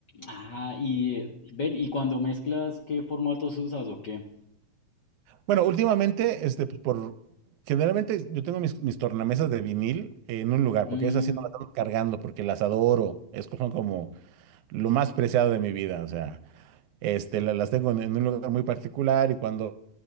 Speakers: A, on the left; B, on the right.
A: Ah, y eh, ven, y cuando mezclas, ¿qué formatos usas o qué?
B: Bueno, últimamente, este, pues, por generalmente yo tengo mis, mis tornamesas de vinil en un lugar,
A: Mm,
B: porque esas sí no las ando cargando, porque las adoro, es como, como lo
A: sí.
B: más preciado de mi vida, o sea, este, la- las tengo en, en un lugar muy particular y cuando